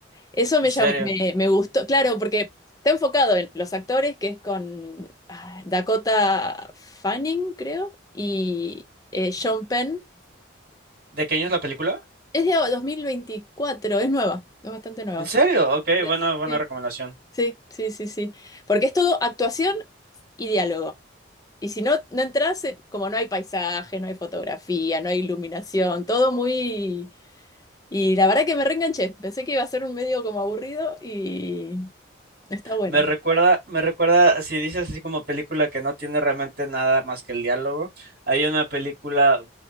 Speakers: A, on the left; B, on the right.
A: eso
B: ¿En
A: me,
B: serio?
A: llam- me, me gustó, claro, porque está enfocado en los actores, que es con ah, Dakota Fanning, creo, y eh, Sean Penn.
B: ¿De qué año es la película?
A: Es de 2024, es nueva, es bastante nueva.
B: ¿En serio? Ok,
A: 23,
B: buena, buena
A: Sí,
B: recomendación.
A: sí, sí, sí, sí. Porque es todo actuación y diálogo. Y si no, no entras, eh, como no hay paisaje, no hay fotografía, no hay iluminación, todo muy... Y la verdad que me reenganché. Pensé que iba a ser un medio como aburrido y está buena.
B: Me recuerda, me recuerda, si dices así como película que no tiene realmente nada más que el diálogo, hay una película